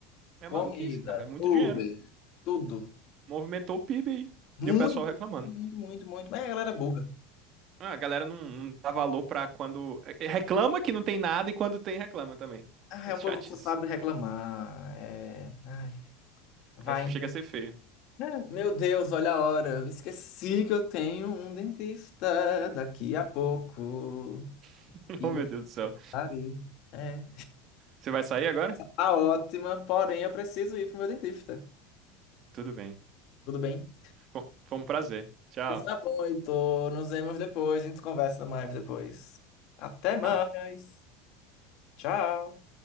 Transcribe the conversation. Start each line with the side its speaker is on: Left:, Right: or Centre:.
Right: É
Left: comida,
Right: maluquice, cara, é muito
Left: Uber,
Right: dinheiro.
Left: tudo.
Right: movimentou o PIB aí.
Left: Muito,
Right: E o pessoal reclamando.
Left: muito, muito, muito. Mas a galera é burra.
Right: Ah, a galera não, não dá valor pra quando. é, é, Reclama que não tem nada e quando tem, reclama também.
Left: Ah,
Right: É
Left: é um
Right: chatice.
Left: povo que só sabe reclamar. É... Ai, vai.
Right: É, chega
Left: então.
Right: a ser feio.
Left: É, Meu Deus, olha a hora. Eu esqueci que eu tenho um dentista daqui a pouco.
Right: <laughs>
Left: E
Right: oh, meu
Left: eu
Right: Deus do céu.
Left: estarei É.
Right: Você vai sair agora?
Left: Tá ótima, porém eu preciso ir pro meu dentista.
Right: Tudo bem.
Left: Tudo bem?
Right: Bom, foi um prazer. Tchau.
Left: Pois Tá bom, Heitor. Nos vemos depois. A gente conversa mais depois. Até mais.
Right: Ah,
Left: Tchau.